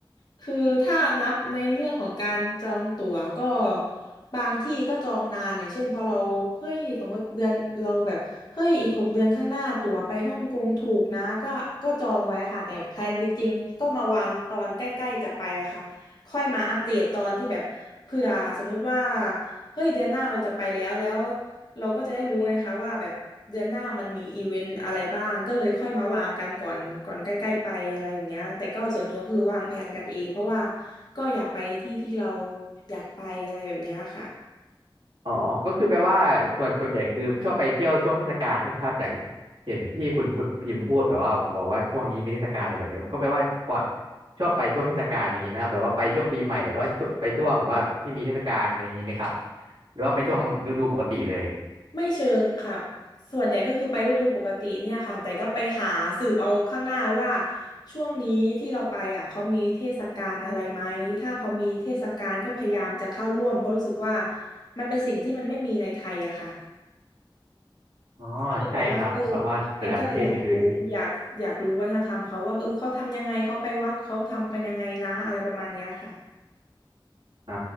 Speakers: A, on the left; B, on the right.
A: คือถ้านับในเรื่องของการจองตั๋วก็บางที่ก็จองนานอย่างเช่นพอเราเฮ้ยสมมติเดือนเราแบบเฮ้ยอีกหกเดือนข้างหน้าตั๋วไปฮ่องกงถูกนะก็ก็จองไว้ค่ะแต่แพลนจริงๆก็มาวางตอนใกล้ๆจะไปอะค่ะค่อยมาอัปเดตตอนที่แบบเผื่อสมมุติว่าเฮ้ยเดือนหน้าเราจะไปแล้วแล้ว เราก็จะได้รู้ไงคะว่าแบบเดือนหน้ามันมีอีเวนต์อะไรบ้างก็เลยค่อยมาวางกันก่อนก่อนใกล้ๆไปอะไรแบบเนี้ยแต่ก็ส่วนตัวก็คือวางแผนกันเองเพราะว่าก็อยากไปที่ที่เราอยากไปอะไรแบบเนี้ยค่ะ
B: อ๋อก็คือแปลว่าส่วนส่วนใหญ่คือชอบไปเที่ยวช่วงเทศกาลใช่ไหมครับจากเห็นที่คุณพุพิมพ์พูดแบบว่าบอกว่าช่วงนี้มีเทศกาลอะไรแบบนี้ก็แปลว่าก่ชอบไปช่วงเทศกาลอะไรอย่างนี้ไหมครับแบบว่าไปช่วงปีใหม่หรือว่าช่วงไปช่วงแบบว่าที่มีเทศกาลอะไรอย่างนี้ไหมครับ
A: อืม
B: หรือว่าไปช่วงฤดูปกติเลย
A: ไม่เชิงค่ะส่วนใหญ่ก็คือไปฤดูปกติเนี่ยค่ะแต่ก็ไปหาสืบเอาข้างหน้าว่าช่วงนี้ที่เราไปอ่ะเขามีเทศกาลอะไรไหมถ้าเขามีเทศกาลก็พยายามจะเข้าร่วมเพราะรู้สึกว่ามันเป็นสิ่งที่มันไม่มีในไทยอะค่ะ
B: อ๋อใช่ครับเพราะว่าแต่ละประเทศมีคือมี
A: ก็เลยแบบว่าเออใช่ก็เลยอยากรู้อยากอยากรู้วัฒนธรรมเขาว่าเออเขาทำยังไงเขาไปวัดเขาทำกันยังไงนะอะไรประมาณเนี้ยค่ะ
B: อ่า